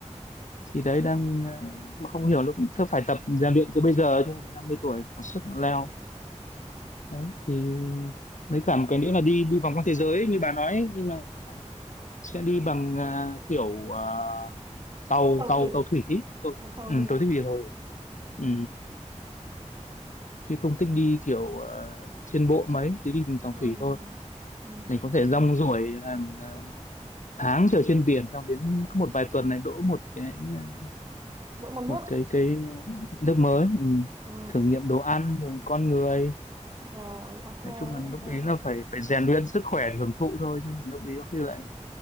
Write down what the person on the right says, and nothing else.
tàu
thủy
một tàu
thủy
ừ.
Ừ.
mỗi một nước
ừ.
rồi ok
ok